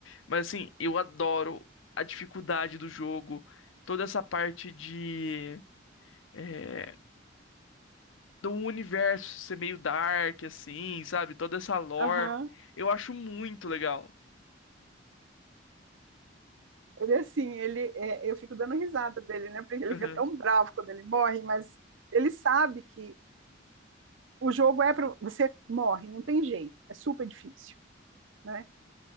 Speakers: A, on the left; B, on the right.
A: Mas, assim, eu adoro a dificuldade do jogo. Toda essa parte de... é, do universo ser meio dark, assim, sabe? Toda essa lore.
B: Aham.
A: Eu acho muito legal.
B: Ele é assim, ele é, eu fico dando risada dele, né? Porque
A: <laughs>
B: ele fica tão bravo quando ele morre, mas ele sabe que o jogo é para você morre, não tem jeito, é super difícil, né?